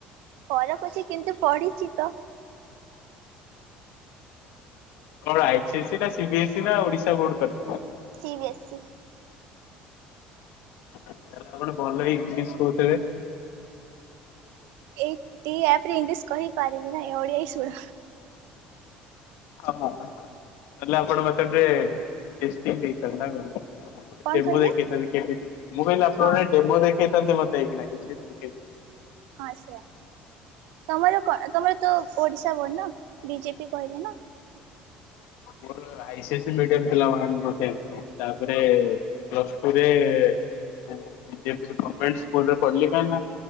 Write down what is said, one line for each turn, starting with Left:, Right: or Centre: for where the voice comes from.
Right: ଫରକ୍ ଅଛି କିନ୍ତୁ ପଢିଚି ତ।
Left: କଣ ଆଇ ସି ସି ନା ସି ବି ଏସ୍ ସି ନା Odisha board <unintelligible>
Right: C B S E.
Left: ତାହେଲେ ଆପଣ ଭଲ ଇଂଲିସ୍ କହୁଥିବେ?
Right: ଏଇ ଏଇ ଆପ୍ ରେ ଇଂଲିଶ କହିପାରିବି ନା ଓଡିଆ ହିଁ ଶୁଣ।
Left: ହଁ ନହେଲେ ଆପଣ ମତେ ଏବେ <unintelligible> ଦେଇଥାନ୍ତେ ନା କଣ?
Right: କଣ
Left: ଡେମୋ
Right: କହିଲେ?
Left: ଦେଖେଇଥାନ୍ତି କେମିତି ମୁଁ କହିଲି ଆପଣ
Right: ହଁ
Left: ଡେମୋ ଦେଖେଇଥାନ୍ତେ ମତେ ଏଇଖିଣା କିଛି।
Right: ହଁ ସେୟା ତମର କ ତମର ତ ଓଡିଶା ବୋର୍ଡ ନା ବିଜେପି କହିଲେ ନା।
Left: ମୋର ଆଇ ସି ସି ମିଡିୟମ <unintelligible> ତାପରେ ପ୍ଲସ୍ ଟୁ ରେ <unintelligible> ସ୍କୁଲ ରେ ପଢିଲି କାହିଁକି ନା